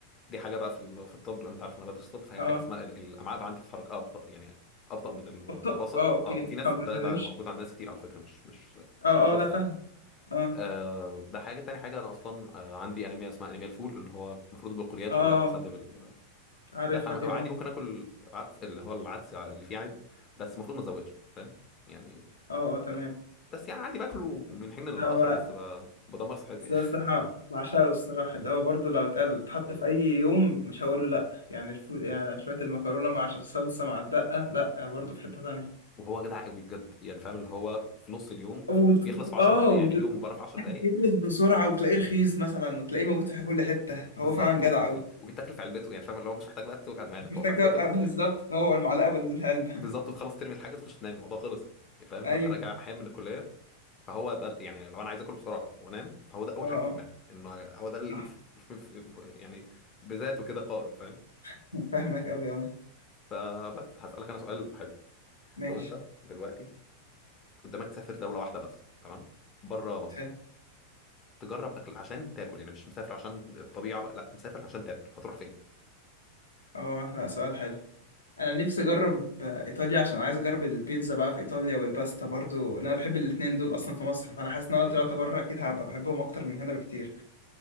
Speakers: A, on the left; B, on the left.
A: دي حاجة بقى في ال... في الطب لأن أنت عارف أنا بدرس طب فهي
B: اه
A: حاجة اسمها ال... الأمعاء بقى عندي بتتحرك أبطأ يعني أبطأ من المتوسط
B: اخطأ اه اوكي
A: أه وفي ناس
B: فهمت
A: ده
B: تمشي
A: ده موجود عند ناس كتير على فكرة مش مش
B: اه
A: مش حالة خاصة
B: اه لا فاهم
A: يعني
B: اه
A: آه ده حاجة تاني حاجة أنا أصلا آه عندي أنيميا اسمها أنيميا الفول اللي هو المفروض البقوليات
B: اه
A: كلها بتسبب ال...
B: عارفها
A: ده فعادي
B: دي اه
A: ممكن آكل عدس اللي هو العدس اللي فيه عادي بس المفروض ما أزودش فاهم يعني
B: اه اه تمام
A: ده بس يعني عادي باكله من حين للآخر
B: هو
A: بس ب... بدمر صحتي يعني.
B: ده الصراحة بعشقه الصراحة اللي هو برضه لو اتقال- اتحط في أي يوم مش هقول له لأ يعني, الفو... يعني شوية المكرونة مع صلصة مع الدقة لأ برضه في حتة تانية
A: وهو جدع قوي بجد يعني فاهم اللي هو في نص اليوم
B: وت-
A: بيخلص في 10
B: اه
A: دقائق يعني بيجيبه من بره في 10 دقائق
B: يخلص بسرعة وتلاقيه رخيص مثلا وتلاقيه موجود في كل حتة
A: بالظبط
B: فهو فعلا جدع
A: و...
B: أوي
A: وبيتاكل في علبته يعني فاهم اللي هو مش محتاج بقى توجع دماغك
B: مش محتاج
A: هو في علبته
B: تق-
A: بتقل...
B: آه، بالظبط هو المعلقة والعلبة
A: <laughs> بالظبط بتخلص ترمي الحاجه تخش تنام الموضوع خلص يعني فاهم
B: <laughs> أيوه
A: ببقى راجع احيانا من الكليه فهو ده ال- يعني لو انا عايز اكل بسرعه وانام فهو ده اول
B: اه اه
A: حاجه في دماغي انه هو ده ال...
B: صح
A: <laughs> يعني بذاته كده قائم فاهم
B: <laughs> فاهمك أوي اه
A: فبس هسألك انا سؤال حلو
B: ماشي
A: لو انت دلوقتي قدامك تسافر دوله واحده بس تمام بره مصر
B: حلو
A: تجرب اكل عشان تاكل يعني مش مسافر عشان الطبيعه بقى لا مسافر عشان تاكل هتروح فين
B: اه لا سؤال حلو أنا نفسي أجرب إيطاليا عشان عايز أجرب البيتزا بقى في إيطاليا والباستا برضو أنا بحب الاتنين دول أصلا في مصر فأنا حاسس
A: اوكي
B: إن أنا لو طلعت بره أكيد هبقى بحبهم أكتر من هنا بكتير